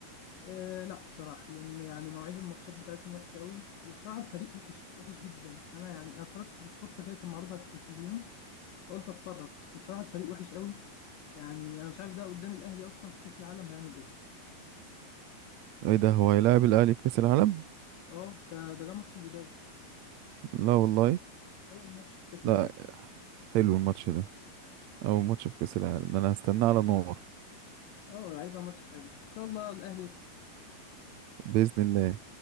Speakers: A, on the left; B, on the right.
A: آه لا بصراحه لان يعني مواعيد الماتشات بتاعتهم وحشه قوي وبصراحه الفريق وحش وحش جدا فانا يعني انا اتفرجت بالصدفه كده كان معروض على التلفزيون فقلت اتفرج بس بصراحه الفريق وحش قوي يعني انا مش عارف ده قدام الاهلي اصلا في كاس العالم هيعمل ايه
B: ايه ده هو هيلاعب الأهلي في كأس العالم
A: اه ده ده ده ماتش البدايه
B: لا والله
A: اول ماتش في كاس
B: لا
A: العالم
B: حلو الماتش ده أول ماتش في كأس العالم ده أنا هستناه على نار
A: اه هيبقى ماتش حلو ان شاء الله الاهلي يكسب
B: بإذن الله